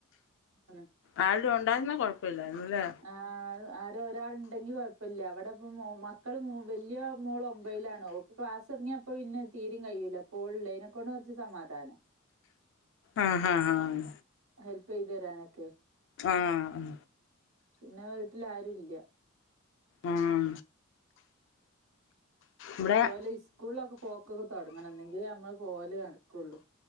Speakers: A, on the right (about 70°); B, on the left (about 60°).
A: അന്നെ
B: ആരേലും ഉണ്ടായിരുന്ന കൊയ്പ്പല്ലയ്രുന്നുല്ലേ
A: ആഹ് ആരെ ഒരാള് ണ്ടെങ്കി കൊയ്പ്പല്ല വ്ടെപ്പോ മോ മക്കൾ മൂ വലിയ മോള് ഒമ്പയിലാണ് ഓക്ക് ക്ലാസ് തോട്ങ്ങിയപ്പ പിന്നെ തീരിം കയ്യൂല്ലപ്പോ ഓള് ഉള്ളതിനെക്കൊണ്ട് കുറച്ച് സമാധാന
B: ആഹ് ആഹ് ആഹ്
A: ഹെൽപെയ്തേരാനൊക്കെ
B: ആഹ്
A: പിന്നെ വീട്ടിൽ ആരുല്യ
B: ഉം ഇവിടെ
A: ഓല് സ്കൂളിലൊക്കെ പോക്കൊക്കെ തുടങ്ങണം ന്നെങ്കിലേ നമ്മള് പോക്ക് നടക്കുള്ളൂ